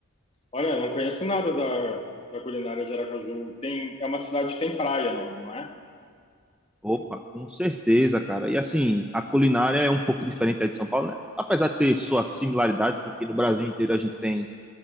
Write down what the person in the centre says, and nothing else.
Opa, com certeza, cara. E assim, a culinária é um pouco diferente aí de São Paulo, né? Apesar de ter suas similaridades, porque no Brasil inteiro a gente tem